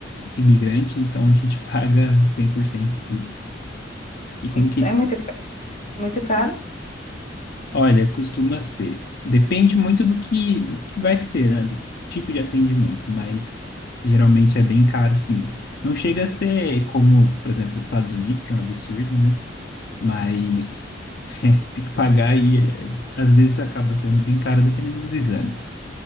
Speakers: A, on the left (about 55°); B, on the left (about 40°).
A: imigrante, então a gente <laughs> paga 100% tudo. E como
B: É. Isso
A: que.
B: é muito, ca- muito caro?
A: Olha, costuma ser. Depende muito do que, do que vai ser, né? Do tipo de atendimento, mas geralmente é bem caro, sim. Não chega a ser como, por exemplo, os Estados Unidos, que é um absurdo, né? mas <laughs> é, tem que pagar e é, às vezes acaba sendo bem caro dependendo dos exames.